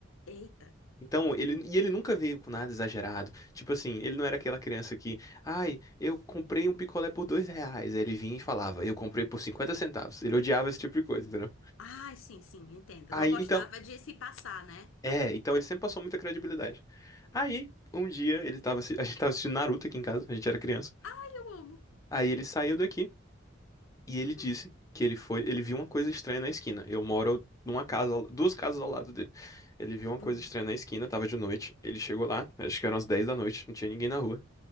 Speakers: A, on the left; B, on the left.
A: eita.
B: Então, ele, e ele nunca veio com nada exagerado. Tipo assim, ele não era aquela criança que, ai, eu comprei um picolé por dois reais. Aí ele vinha e falava, eu comprei por 50 centavos. Ele odiava esse tipo de coisa, entendeu?
A: Ai, sim, sim, entendo.
B: Aí,
A: Não gostava
B: então,
A: de se passar, né?
B: é, então ele sempre passou muita credibilidade. Aí, um dia, ele tava, assi- a gente tava assistindo Naruto aqui em casa, a gente era criança.
A: Ai, eu amo.
B: Aí ele saiu daqui e ele disse
A: Hum,
B: que ele foi, ele viu uma coisa estranha na esquina. Eu moro numa casa, ao- duas casas ao lado dele. Ele viu uma
A: uhum,
B: coisa estranha na esquina, tava de noite. Ele chegou lá, acho que eram as 10 da noite, não tinha ninguém na rua.